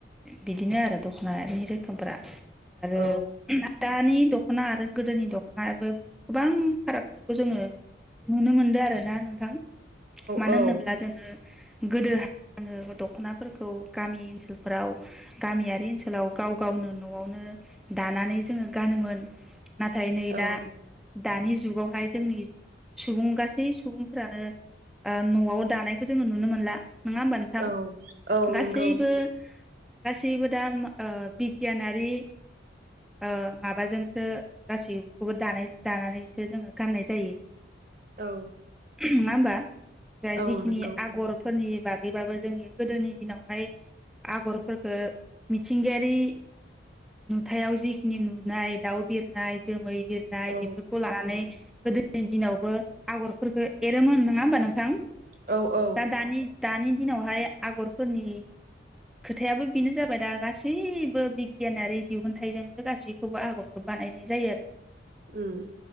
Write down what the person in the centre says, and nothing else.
बिदिनो आरो दख'नानि रोखोमफ्रा आरो
दानि दख'ना आरो गोदोनि दख'नायाबो गोबां फारागथिखौ जोङो नुनो मोनदों आरोना। थां मानो
होनोब्ला जोङो गोदो आङो दख'नाफोरखौ गामि ओनसोलफोराव गामियारि ओनसोलाव गाव गावनो न'आवनो दानानै जोङो गानोमोन। नाथाय नै
दा दानि जुगावहाय जोंनि सुबुं गासै सुबुं फोरानो ओ न'आव दानायखौ जोङो नुनो मोनला। नङा होमबा नोंथां
गासैबो
गासैबो दा ओ बिगियानारि ओ माबाजोंसो गासैखौबो दानाय दानानैसो जोङो गाननाय जायो।
नङा होमबा जा
जिखिनि
आगर फोरनि बागैबाबो जोंनि गोदोनि दिनावहाय आगरफोरखो मिथिंगायारि नुथायाव जिखिनि नुनाय दाउ बिरनाय जोमै बिरनाय
बेफोरखौ लानानै गोदोनि दिनावबो आगर फोरखो एरोमोन नङा होमबा नोंथां?
दा दानि दानि दिनावहाय आगरफोरनि खोथायाबो बेनो जाबाय दा गासैबो बिगियानारि दिहुनथाइजोंसो गासैखौबो आगरखौ बानायनाय जायो आरो।